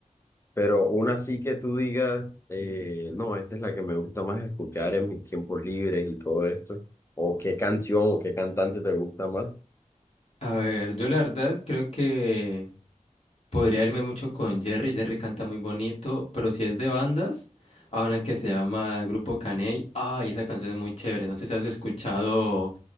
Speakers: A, on the left; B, on the left.
A: pero una sí que tú digas, eh, no, esta es la que me gusta más escuchar en mis tiempos libres y todo esto, o qué canción o qué cantante te gusta más.
B: A ver, yo la verdad creo que... Podría irme mucho con Jerry, Jerry canta muy bonito, pero si es de bandas, a una que se llama Grupo Caney, ay, esa canción es muy chévere, no sé si has escuchado